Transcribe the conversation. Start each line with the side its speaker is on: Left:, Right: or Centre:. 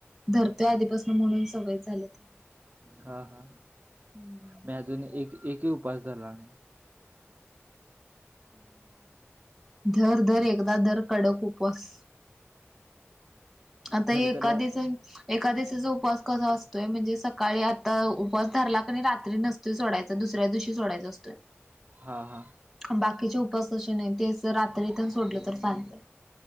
Centre: धरते आधीपासून म्हणून सवय झाल्या ते
Right: हा हा.
Centre: हम्म
Right: मी अजून एक एकही उपास धरला नाही.
Centre: धर धर एकदा दर कडक उपवास आता
Right: खरं
Centre: हे एकादश
Right: त्याला
Centre: एकादशीचा उपवास कसा असतोय म्हणजे सकाळी आता उपवास धरला क रात्री नस नसतं सोडायचा, दुसऱ्या दिवशी सोडायचा असतय.
Right: हा हा
Centre: बाकीचे उपास अस नाही ते रात्रीथ सोडलं तर चालतंय.